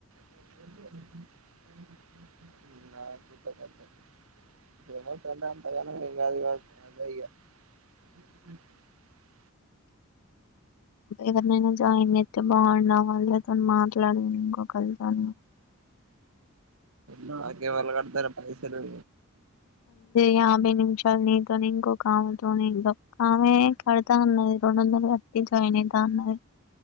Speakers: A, on the right (about 80°); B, on the left (about 80°).
A: <unintelligible>
B: ఎవరినైనా జాయిన్ జీత్తే బాగుండు వాళ్ళుతోని మాట్లాడ ఇంకో కోలితో.
A: నాకెవరల్లు కడ్తరే పైసలు.
B: యాభై నిమిషాలు నీతో ఇంకోక ఆమెతోనీ ఆమె కడతా అన్నది రెండు వందలు కట్టి జాయిన్ అయిత అన్నది